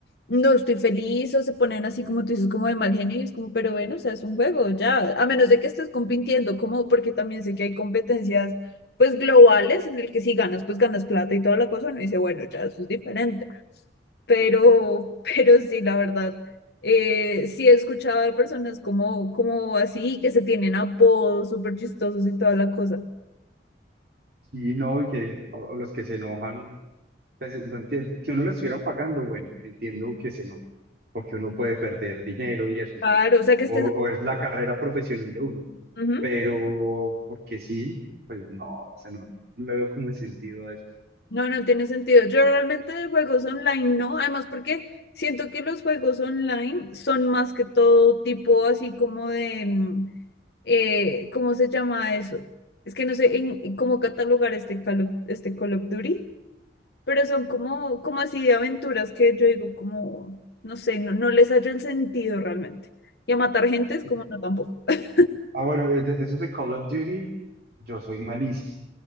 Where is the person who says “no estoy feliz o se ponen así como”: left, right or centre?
Left